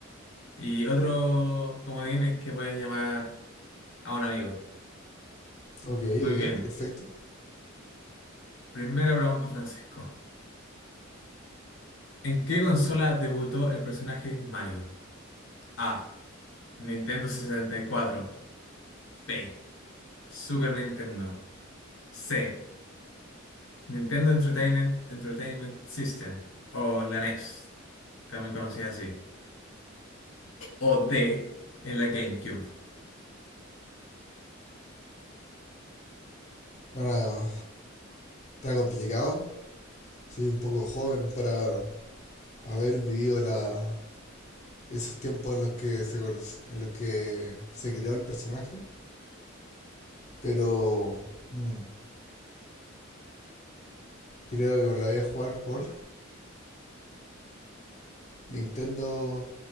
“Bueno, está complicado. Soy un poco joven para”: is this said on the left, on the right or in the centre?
Left